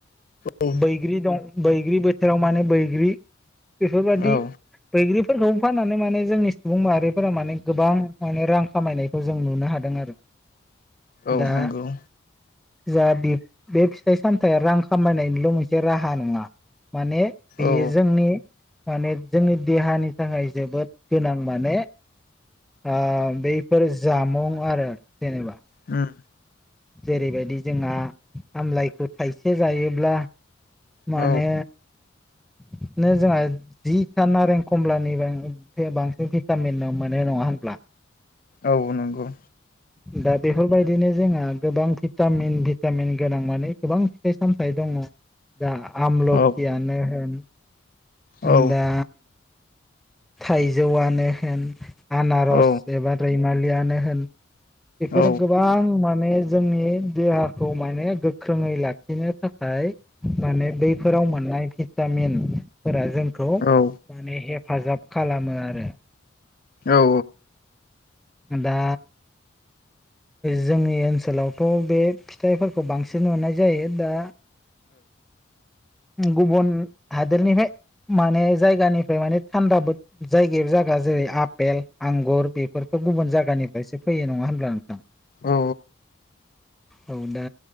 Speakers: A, on the left; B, in the centre.
A: औ
B: बैग्रि दं बैग्रि बोथोराव माने बैग्रि बेफोरबादि
A: औ
B: बैग्रिफोरखौ फाननानै माने जोंनि सुबुं माहारिफोरा माने गोबां माने रां खामायनायखौ जों नुना। हादों आरो। दा
A: औ नंगौ
B: जा बे फिथाइ सामथाइया रां खामायनायनि बेल' मोनसे राहा नङा माने बेयो
A: औ
B: जोंनि माने जोंनि देहानि थाखाय जोबोद गोनां माने। ओ बैफोर जामुं आरो जेनेबा
A: उम
B: जेरैबायदि जोंहा आमलाइखौ थाइसे जायोब्ला। माने
A: औ
B: बिदिनो जोंहा जिथा नारें खमलानि बांसिन भिटामिन मोनो नङा होनब्ला
A: औ नंगौ।
B: दा बेफोरबायदिनो जोंहा गोबां भिटामिन भिटामिन गोनां माने गोबां फिथाइ सामथायाइ दं। दङ दा आमलखियानो
A: औ
B: होन जों
A: औ
B: दा थाइजौआनो होन आनारस
A: औ
B: एबा रैमालिआनो होन बेफोरो
A: औ
B: गोबां माने जोंनि देहाखौ माने गोख्रोङै लाखिनो थाखाय। माने बैफोराव मोननाय भिटामिन फोरा जोंखौ
A: ओ औ
B: माने हेफाजाब खालामो आरो।
A: औ
B: दा जोंनि ओनसोलावथ' बे फिथाइफोरखौ बांसिन नुनाय जायो दा गुबुन हादोरनिफ्राय माने जायगानिफ्राय माने थान्दा जायगायाव जायगा जेरै आफपेल आंगुर बेफोरफोरखौ। गुबुन जायगानिफ्रायसो फैयो नङा होनब्ला नोंथां।
A: औ
B: औ दा